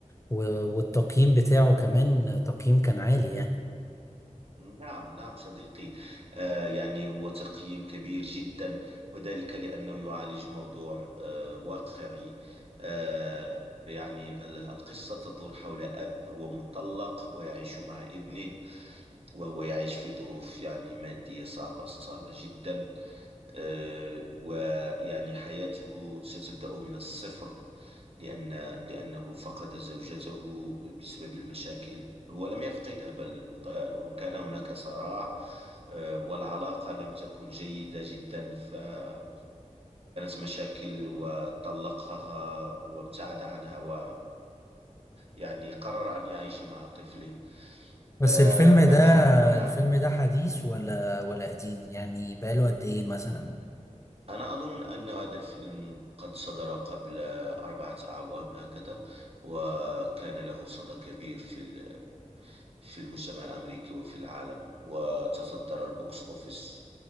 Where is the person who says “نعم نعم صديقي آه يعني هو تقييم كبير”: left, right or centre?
Right